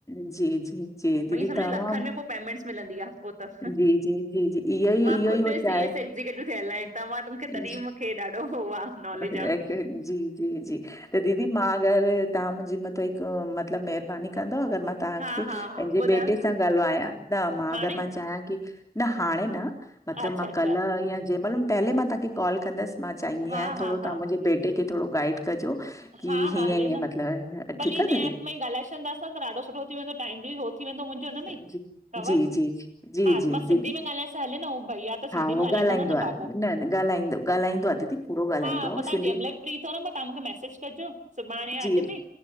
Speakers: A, on the left (about 20°); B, on the right (about 50°).
A: जी, जी, जी दीदी
B: वई सम्झो,
A: तमामु
B: लखनि में पो पेमेंट्स मिलंदी आ, पो त
A: जी, जी, जी, जी, इहो ई
B: मां
A: इहो
B: ख़ुदि
A: ई हो चाहे
B: सी एस एक्ज़ीक्युटिव थियल आए तं मां, तॾहिं
A: जी,
B: मूंखे ॾाढो हो आ, नॉलेज
A: और एक-
B: आ।
A: जी जी जी दीदी मां अगरि, तव्हां मुंहिंजे मथां हिकु, मतिलबु महिरबानी कंदव अगरि मां तांखें
B: हा
A: पंहिंजे
B: हा हा ॿुधायो
A: बेटे
B: न
A: सां ॻाल्हवया, न मां
B: हाणे
A: अगरि मां चाहियां की न हाणे न, मतिलबु
B: अच्छा
A: मां
B: अच्छा
A: कल्ह, या जंहिं महिल, पहिले मां तव्हांखे कॉल कंदस मां चाहींदी आहियां,
B: हा
A: थोङो
B: हा
A: तव्हां
B: हा
A: मुंहिंजे बेटे खे थोङो गाइड कजो की
B: हा
A: हीअं
B: हा हले
A: हीअं
B: न,
A: मतिलबु
B: भली
A: ठीकु
B: हिन
A: आहे
B: एप
A: दीदी
B: में इ ॻाल्हाए छॾंदासीं त ॾाढो सुठो थी वेंदो, टाइम बि हो थी वेंदो मुंहिंजो हुन में
A: जी,
B: ई, कवर,
A: जी, जी, जी,
B: हा
A: जी
B: मां
A: दीदी
B: सिंधी में ॻाल्हायांस त हले न भईया त त सिंधी
A: हा हो
B: में ॻाल्हाईंदो हुन न
A: आहे,
B: बाबू,
A: न ॻाल्हाईंदो ॻाल्हाईंदो आहे दीदी पूरो ॻाल्हाईंदो
B: हां,
A: आहे उहो
B: पो तां
A: सिंधी
B: जंहमेल फ्री थो न, पो तां मूखे मेसेज कर चो, सुभाणे या
A: जी,
B: अॼु में,